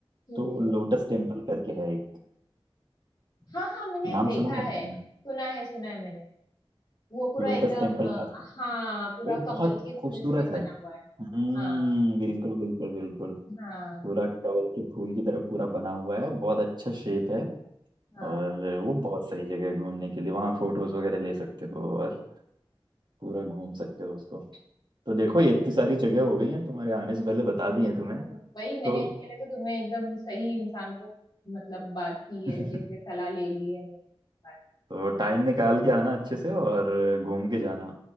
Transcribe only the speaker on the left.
ठीक
है
हाँ हाँ मैंने
देखा
है
सुना है सुना है मैंने वो पूरा
एकदम
अ,
हाँ पूरा
कमल
के फूल
से बना
हुआ है
हाँ
हाँ
हाँ
हम्म, वही मैंने
इसके लिए तो तुम्हें एकदम सही इंसान को मतलब बात की
है जैसे सलाह ले ली है मैंने